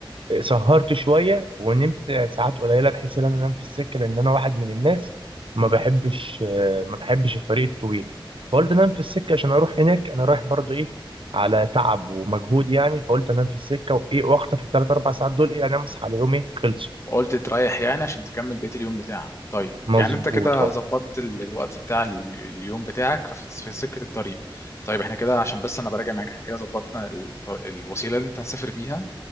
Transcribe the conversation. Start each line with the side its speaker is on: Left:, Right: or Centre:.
Right: سهرت شويه ونمت ساعات قليله بحيث ان انا انام في السكه لان انا واحد من الناس ما بحبش آه، ما بحبش الطريق الطويل فقلت انام في السكه عشان اروح هناك انا رايح برضو ايه على تعب ومجهود يعني فقلت انام في السكه وايه واخطف الثلاث اربع ساعات دول ايه انام اصحى على يوم ايه خلصوا
Left: قلت تريح يعني عشان تكمل بقيه اليوم بتاعك طيب
Right: مظبوط
Left: يعني انت كده
Right: اه
Left: ظبطت ال- الوقت بتاع ال- اليوم بتاعك في في سكه الطريق طيب احنا كده عشان بس انا براجع معاك احنا كده ظبطنا الط- الوسيله اللي انت هتسافر بيها